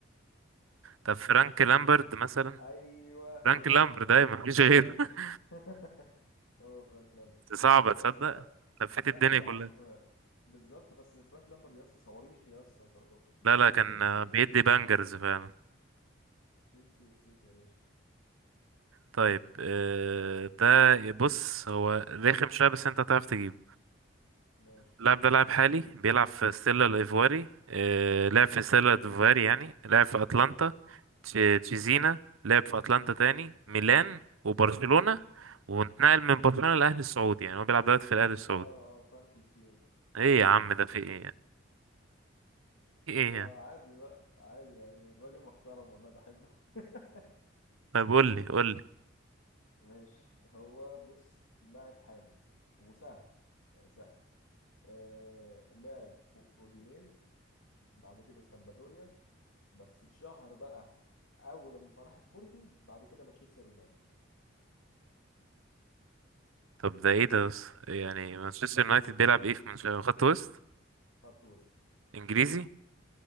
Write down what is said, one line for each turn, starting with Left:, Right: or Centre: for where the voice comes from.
Right: طب فرانك لامبرد مثلا
Left: ايوه هو
Right: فرانك لامبرد
Left: فرانك
Right: ده
Left: لامبرت
Right: مفيش غيره
Left: ايوه
Right: <laughs>
Left: <laughs> هو فرانك لامبرت
Right: صعبة
Left: يس
Right: تصدق لفيت
Left: لا
Right: الدنيا
Left: يا
Right: كلها
Left: عم بالظبط بس فرانك لامبرت يس صواريخ يس صو... بقول
Right: لا لا
Left: لك
Right: كان
Left: تشيلسي
Right: آه،
Left: والسيتي
Right: بيدي بانجرز فعلا
Left: تشيلسي والسيتي يا باشا
Right: طيب آه،
Left: آه،
Right: ده بص هو رخم شوية بس انت تعرف تجيب
Left: ماشي
Right: اللاعب ده لاعب حالي بيلعب في ستيلا الإيفواري آه، لعب في ستيلا الإيفواري يعني لعب في أتلانتا
Left: مم.
Right: تش- تشيزينا لعب في أتلانتا تاني ميلان وبرشلونة وانتقل من برشلونة للأهلي السعودي يعني هو بيلعب دلوقتي في الأهلي السعودي
Left: اه اه فرانكي سي <laughs>
Right: ايه يا عم ده في ايه يعني في ايه
Left: ما
Right: يعني
Left: عادي بقى عادي يعني الراجل محترم والله بحبه <laughs>
Right: طب قول لي قول لي
Left: ماشي هو بص لاعب حالي وسهل يعني سهل آه لعب فوق اودينيز بعد كده سامبادوريا بس اتشهر بقى اول ما راح سبورتنج بعد كده مانشستر يونايتد
Right: طب ده ايه ده بس يعني مانشستر يونايتد بيلعب ايه في منش- خط وسط
Left: خط وسط
Right: انجليزي